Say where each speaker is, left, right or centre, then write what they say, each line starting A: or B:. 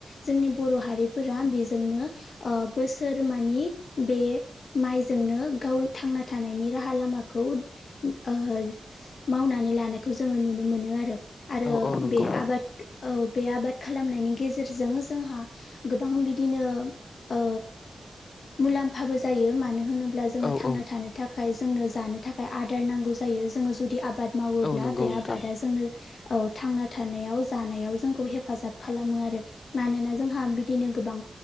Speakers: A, on the left; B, on the left.
A: जोंनि बर' हारिफोरा बिजोंनो ओ बोसोर मानि बे माइ जोंनो गाव थांना थानायनि राहा लामाखौ ओ मावनानै लानायखौ जोंङो नुनो मोनो आरो। आरो
B: औ औ नंगौ
A: बे आबाद औ बे आबाद खालामनायनि गेजेरजों जोंहा गोबां बिदिनो ओ मुलाम्फाबो जायो मानो होनोब्ला जोङो
B: औ
A: थांना
B: औ
A: थानो थाखाय जोंनो जानो थाखाय आदार नांगौ जायो जोङो जुदि आबाद मावोब्ला
B: औ नंगौ
A: बे
B: नोंथां
A: आबादा जोंनो थांना थानायाव जानायाव जोंखौ हेफाजाब खालामो आरो। मानोना जोंहा बिदिनो गोबां